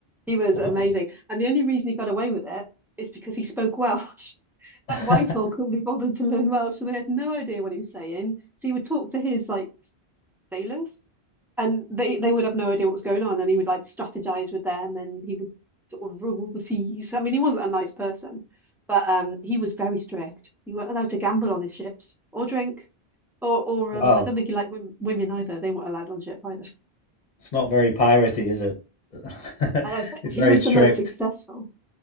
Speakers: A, in the centre; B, on the left.
A: He was
B: Wow.
A: amazing, and the only reason he got away with it is because he spoke Welsh. <laughs>
B: <laughs>
A: And Whitehall couldn't be bothered to learn Welsh, so they had no idea what he was saying. So he would talk to his like sailors, and they they would have no idea what was going on, and he would like strategize with them, and he would sort of rule the seas. I mean, he wasn't a nice person, but um, he was very strict. You weren't allowed to gamble on his ships or drink. Or, or
B: Wow.
A: um, I don't think he liked wom women either. They weren't allowed on ship either.
B: It's not very piratey, is it? <laughs>
A: <laughs> I know, but
B: It's
A: he
B: very
A: was
B: strict.
A: the most successful.